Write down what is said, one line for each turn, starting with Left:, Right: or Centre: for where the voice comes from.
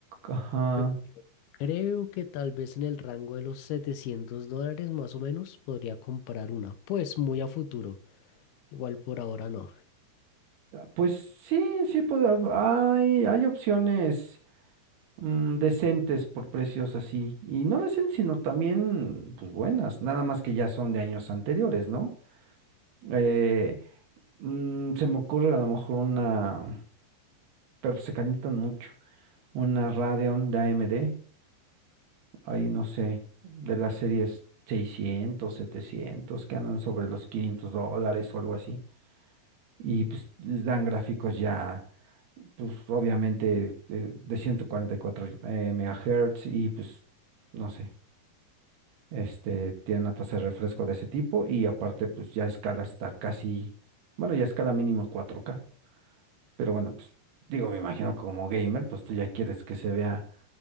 Right: ajá.
Left: pero yo creo que tal vez en el rango de los 700 dólares más o menos podría comprar una, pues muy a futuro, igual por ahora no.
Right: Pues sí, sí, pod- hay, hay opciones mm, decentes por precios así. Y no decentes, sino también, pues buenas. Nada más que ya son de años anteriores, ¿no? Eh, mm, se me ocurre a lo mejor una, pero se calientan mucho, una Radeon de AMD. Ahí no sé, de las series 600 700 que andan sobre los 500 dólares o algo así. Y pues les dan gráficos ya, pues obviamente de, de 144 eh, megahertz y pues no sé, este, tienen una tasa de refresco de ese tipo y aparte pues ya escala hasta casi, bueno, ya escala mínimo cuatro k pero bueno, pues digo, me imagino que como gamer, pues tú ya quieres que se vea